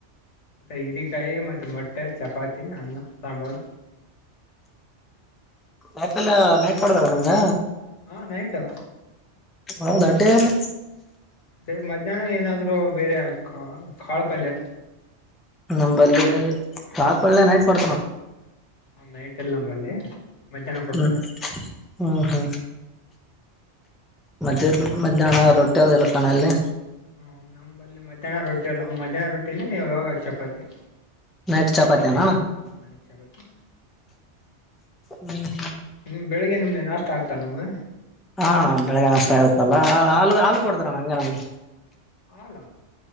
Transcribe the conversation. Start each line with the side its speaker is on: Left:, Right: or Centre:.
Left: ಹೀರಿಕಾಯಿ ಮತ್ತೆ ಮೊಟ್ಟೆ ಚಪಾತಿ ಅನ್ನ ಸಾಂಬಾರ್
Centre: ಯಾಕೆಲ್ಲ ನೆಟ್ ಮಾಡ್ದಾರ ನಿಂಗ
Left: ಹಾ ನೈಟಾ <inaudible>
Centre: ಹೌದ ಅಡ್ಡಿ ಅಲ್ಲಿ
Left: ಹೇ ಮಧ್ಯಾಹ್ನ ಏನಾದ್ರರು ಬೇರೆ ಕಾಳು ಪಲ್ಯ
Centre: ನಂಬಲ್ಲಿ ಕಾ ಲಪಳ್ಳೆ ನೈಟ್ ಕೊಡ್ತಾರ
Left: ಹ ನೈಟ್ ಎಲ್ಲ ನಂಬಲ್ಲಿ ಮಧ್ಯಾಹ್ನ ಕೊಡ್ತಾರೆ
Centre: ಹ್ಮ ಹ್ಮ ಹಾ ಮತ್ತೆ ಮಧ್ಯಾಹ್ನ ರೊಟ್ಟಿ ಅ ಇರತಣ ಅಲ್ಲೇ
Left: ಹ್ಮ ನಮ ಬರಲಿ ಮಧ್ಯಾಹ್ನ ರೊಟಿಲ್ಲ ಮಧ್ಯಾಹ್ನ ರೊಟ್ಟಿನೇ ಇವಾಗ ಚಪಾತಿ
Centre: ನೈಟ್ ಚಪಾತಿಯಣ
Left: ಹ ನೈಟ್ ಚಪಾತಿ
Centre: ಹ್ಮ್ ಹ್ಮ್
Left: ನಿಮ್ ಬೆಳಿಗ್ಗೆ ನಿಮ್ನೆ ನಾಷ್ಟ ಆಗ್ತಾ ನಿಮ್ಗ
Centre: ಹಾ ಬೆಳಗ್ಗಗೆ ಅಷ್ಟ ಆಗತ್ತಲ್ಲ ಹಾ ಹಾಲು ಕೊಡದ್ರಣ ಹಂಗೆ ನಮಗೆ
Left: ಅಲ